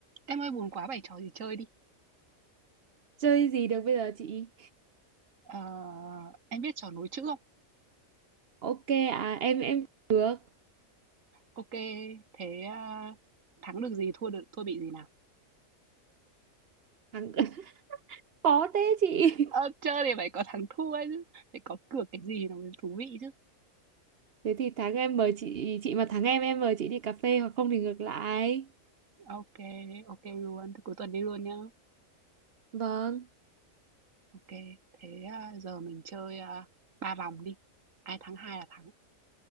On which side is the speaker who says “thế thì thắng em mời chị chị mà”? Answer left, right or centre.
Right